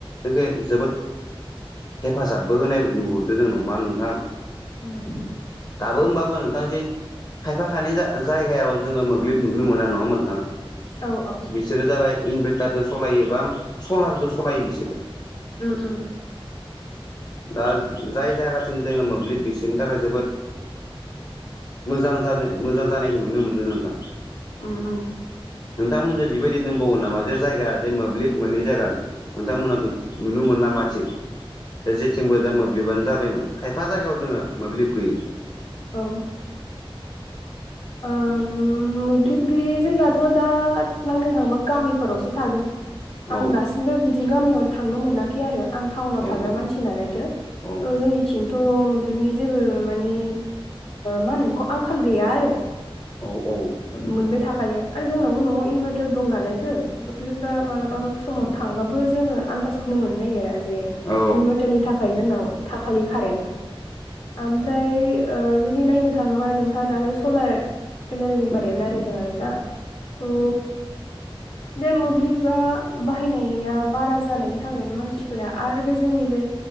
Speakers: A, on the left; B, on the left.
A: जेख जोबोद हेफाजाबबो होनाय नुहरदों जों नङा नोंथां
B: <unintelligible>
A: दाबो होमबाबो नोंथां जे खायफा खानि जायगायाव जोङो मोब्लिब नुनो मोना नङा मोनथां
B: औ औ
A: बिसोरो जाबाय इनभारटारजों सालायोबा सलारजों सालायो बिसोरो।
B: उम उम
A: दा जाय जायगाथिं दोङो मोब्लिब बिसोरनि थाखाय जोबोद मोजां जादों मोजां जानायखौ नुनो मोनदों नोंथां।
B: उम उम
A: नोंथांमोनहा बेबायदि दंबावो नामा जे जायगा जे मो मोब्लिब मोननै जागोन नोंथांमोना नुनो मोनला मा थिग दा जेथिंबो दा मोब्लिबानो जाबायमोन खायफा जायगायाव दङो मोब्लिब गैयै‌।
B: औ ओ मोब्लिब गैयै जायगाथ' दा नायनो थाङोबा गामिफोरावसो थागोन। आं
A: औ
B: दासिमबो बिदि गामियाव थांनो मोनाखै आरो। आं टाउनाव
A: औ
B: थाग्रा
A: औ
B: मानसि नालायथो
A: औ
B: थ जोंनिथिं थ' मोब्लिबनि जेबो मानिे मा होनो बेखौ आंखाल गैया आरो।
A: औ औ
B: मोनबाय थाखायो आरो जोंनावो न'आव इनभार्टार दं नालायथो। मोब्लिबा मालाबा समाव थांबाबो जोङो आनन्दाजखौनो मोननो नागिरा। ज
A: औ
B: इनभारटारनि थाखाय जोंनाव थाखायो कारेन आमफ्राय ओ जुदि नायनो थाङोबा नोंथाङा दानो सलार पेनेल निबारयाला रोदों आरो ना थ' बे मोब्लिबा बाहायनाया बारा जानायनि थाखायनो मानसिफोरा आरो बे जोंनि बे